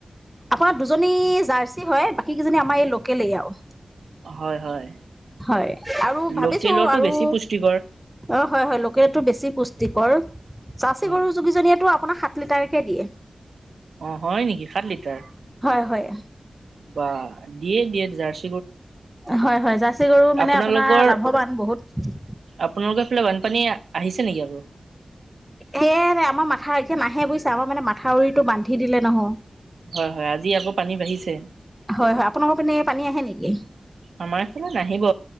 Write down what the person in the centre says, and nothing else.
আপোনাৰ দুজনী জাৰ্চি হয়। বাকী কেইজনী আমাৰ এই লোকেলেই আৰু।
হয়। আৰু ভাবিছো
আৰু
অ'
হয়, হয়। লোকেলটো বেছি পুষ্টিকৰ। জাৰ্চী
গৰু যোগি জনীয়েটো আপোনাৰ সাত লিটাৰকে দিয়ে।
হয়, হয়।
হয় হয়। জাৰ্চি গৰু মানে
আপোনাৰ লাভৱান বহুত।
সেয়া। আমাৰ মাথা এতিয়া নাহে বুইছা। আমাৰ মানে মাথাউৰিতটো বান্ধি দিলে নহয়।
হয় হয়। আপোনালোকৰ পিনে পানী আহে নেকি?